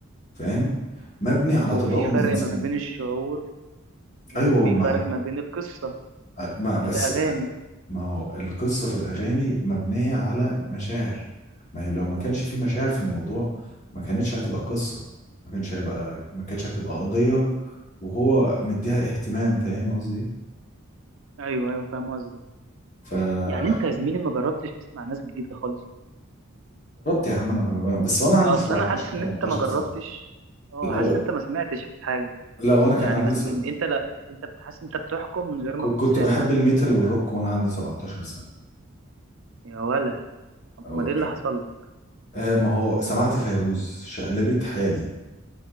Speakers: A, on the left (about 35°); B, on the right (about 65°).
A: فاهم مبني على
B: ما هو
A: تضامن
B: في فرق
A: انسان
B: ما بين الشعور وفي
A: ايوه والمع...
B: فرق ما بين القصة
A: ما بس
B: في الأغاني
A: ما هو القصه في الاغاني مبنيه على مشاعر ما هي لو ما كانش في مشاعر في الموضوع ما كانتش هتبقى قصه ما كانش هيبقى ما كانتش هتبقى قضيه وهو مديها اهتمام فاهم قصدي إيه؟
B: ايوه ايوه فاهم قصدك
A: فجربت
B: يعني انت يا زميلي ما جربتش تسمع ناس جديدة خالص
A: يا عم انا بس وانا عندي
B: يا اصل
A: 17
B: انا حاسس ان
A: 18
B: انت ما جربتش
A: سنه
B: اه
A: لو
B: حاسس ان انت ما سمعتش حاجة
A: لو انا كان
B: يعني
A: عندي
B: ما سمع...
A: س-
B: انت لا انت بتحس انت بتحكم من غير ما
A: ك- كنت
B: تكون سامع
A: بحب الميتال والروك وانا عندي 17 سنة
B: يا ولا
A: أو
B: امال ايه اللي حصل لك
A: آه ما هو سمعت فيروز شقلبت حالي